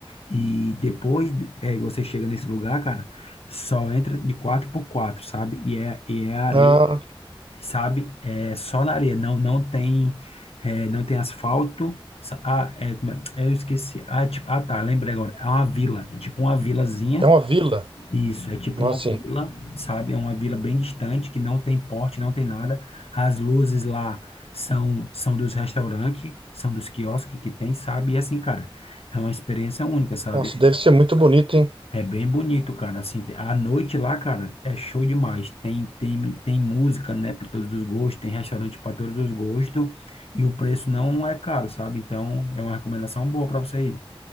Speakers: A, on the left (about 80°); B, on the right (about 65°).
A: E depois é, você chega nesse lugar, cara, só entra de quatro por quatro sabe? E é, e é areia
B: Ah,
A: sabe? É só na areia, não, não tem, é, não tem asfalto. Sa- Ah, é, como é- eu esqueci. Ah, é tipo, ah, tá, lembrei agora. É uma vila, é tipo uma vilazinha.
B: é uma vila.
A: Isso, é tipo
B: Nossa,
A: uma
B: sim.
A: vila, sabe? É uma vila bem distante, que não tem porte, não tem nada. As luzes lá são, são dos restaurantes, são dos quiosques que tem, sabe? E assim, cara, é uma experiência única, sabe?
B: Nossa, deve ser muito bonito, hein?
A: É bem bonito, cara. Assim, a noite lá, cara, é show demais. Tem, tem, tem música, né, para todos os gostos, tem restaurante para todos os gostos e o preço não é caro, sabe? Então, é uma recomendação boa para você ir.